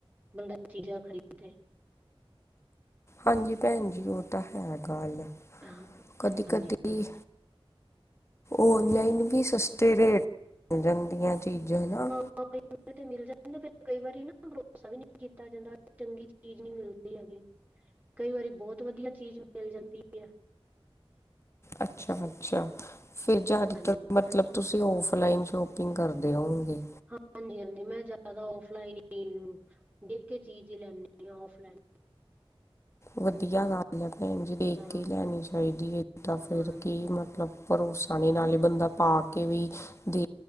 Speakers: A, on the right; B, on the left.
A: ਬੰਦਾ ਚੀਜ਼ਾਂ ਖਰੀਦੇ।
B: ਹਾਂਜੀ ਭੈਣ ਜੀ। ਉਹ ਤਾਂ ਹੈ ਗੱਲ
A: ਹਾਂ
B: ਕਦੀ-ਕਦੀ
A: ਹਾਂਜੀ ਹਾਂਜੀ
B: ਓਨਲਾਈਨ ਵੀ ਸਸਤੇ ਰੇਟ ਜਾਂਦੀਆਂ ਚੀਜ਼ਾਂ ਨਾ।
A: <inaudible> ਤਾਂ ਮਿਲ ਜਾਂ ਤਾਂ ਫਿਰ ਕਈ ਵਾਰੀ ਨਾ ਭਰੋਸਾ ਵੀ ਨਹੀਂ ਕੀਤਾ ਜਾਂਦਾ ਚੰਗੀ ਚੀਜ਼ ਨਹੀਂ ਮਿਲਦੀ ਹੈਗੀ। ਕਈ ਵਾਰੀ ਬਹੁਤ ਵਧੀਆ ਚੀਜ਼ ਮਿਲ ਜਾਂਦੀ ਐ।
B: ਅੱਛਾ-ਅੱਛਾ ਫਿਰ ਜਿਆਦਾਤਰ
A: ਹਾਂਜੀ
B: ਮਤਲਬ ਤੁਸੀਂ ਔਫਲਾਈਨ ਸ਼ੋਪਿੰਗ ਕਰਦੇ ਹੋਓਗੇ।
A: ਹਾਂਜੀ-ਹਾਂਜੀ ਮੈਂ ਜ਼ਿਆਦਾ ਆਫਲਾਈਨ ਹੀ ਦੇਖ ਕੇ ਚੀਜ਼ ਲੈਂਦੀ ਹਾਂ ਆਫਫਲਾਈਨ।
B: ਵਧੀਆ ਗੱਲ ਹੈ ਭੈਣ ਜੀ ਦੇਖ
A: ਹਾਂ
B: ਕੇ ਲੈਣੀ ਚਾਹੀਦੀ ਹੈ ਤਾਂ ਫਿਰ
A: ਹਾਂ
B: ਕੀ ਮਤਲਬ ਭਰੋਸਾ ਨਹੀਂ ਨਾਲੇ ਬੰਦਾ ਪਾ ਕੇ ਵੀ ਦੇ